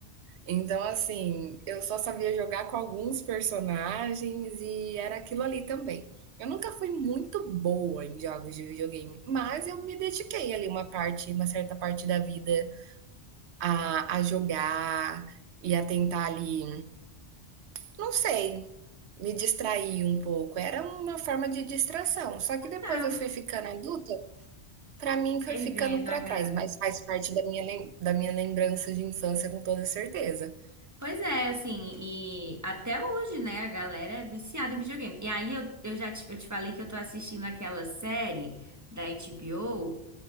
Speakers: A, on the right (about 80°); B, on the right (about 15°).
A: Então, assim, eu só sabia jogar com alguns personagens e era aquilo ali também. Eu nunca fui muito boa em jogos de videogame, mas eu me dediquei ali uma parte, uma certa parte da vida a a jogar e a tentar ali, não sei, me distrair um pouco. Era uma forma de distração. Só que depois
B: Não,
A: eu fui ficando adulta, pra mim foi
B: perdendo
A: ficando pra
B: a graça.
A: trás, mas faz parte da minha, lem- da minha lembrança de infância com toda certeza.
B: Pois é, assim, e até hoje, né, a galera é viciada em videogame. E aí eu, eu já te, eu te falei que eu tô assistindo aquela série da HBO